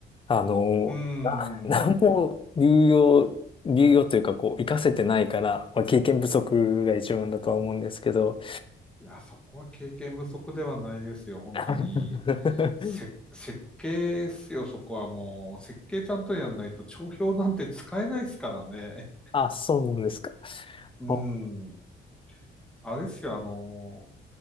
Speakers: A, on the left (about 25°); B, in the centre.
A: あの、
B: うん。
A: 何も流用、流用というか、こう、活かせてないから、まあ、経験不足が一番だとは思うんですけど。
B: いや、そこは経験不足ではないですよ。本当に。
A: <laughs>
B: せ、設計ですよ、そこはもう。設計ちゃんとやんないと、帳票なんて使えないですからね。
A: あ、そうなんですか。
B: うん。
A: ほ
B: あれですよ、あの、